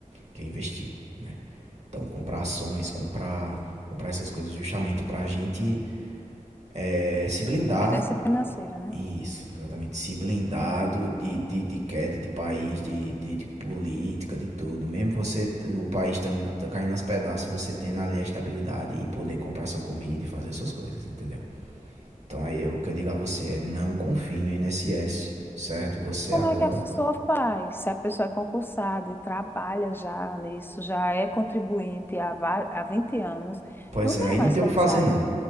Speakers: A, on the right; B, on the left.
A: que é investir, né? Então, comprar ações, comprar, comprar essas coisas justamente pra gente eh, se blindar
B: Dependência financeira, né?
A: isso, exatamente. Se blindado de, de, de queda de país, de, de, de política, de tudo. Mesmo você, o país estando tá caindo aos pedaços, você tendo ali a estabilidade e poder comprar sua comida e fazer suas coisas, entendeu? Então aí o que eu digo a você é não confie no INSS, certo? Você
B: Mas como
A: agora
B: é que a pessoa faz? Se a pessoa é concursada e trabalha já nisso, já é contribuinte há, va- há 20 anos,
A: Pois
B: não
A: é,
B: tenho
A: aí não
B: mais
A: tem
B: como
A: o que fazer,
B: sair,
A: não.